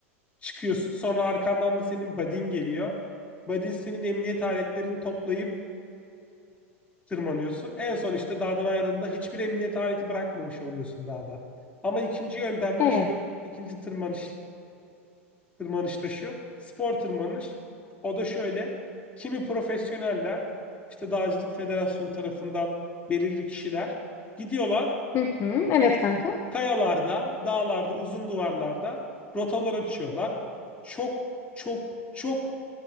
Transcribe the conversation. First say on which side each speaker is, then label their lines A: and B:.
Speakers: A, on the left (about 15°); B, on the left (about 35°).
A: çıkıyorsun. Sonra arkandan da senin buddy'n geliyor. Buddy'n senin emniyet aletlerini toplayıp tırmanıyorsun. En son işte dağdan ayrıldığında hiçbir emniyet aleti bırakmamış oluyorsun dağda. Ama ikinci yöntem
B: Evet.
A: de şu, ikinci tırmanış, tırmanış da şu, spor tırmanış. O da şöyle, kimi profesyoneller, işte Dağcılık Federasyonu tarafından belirli kişiler gidiyorlar
B: Hı hı. Evet kanka.
A: Kayalarda, dağlarda, uzun duvarlarda rotalar açıyorlar. Çok çok çok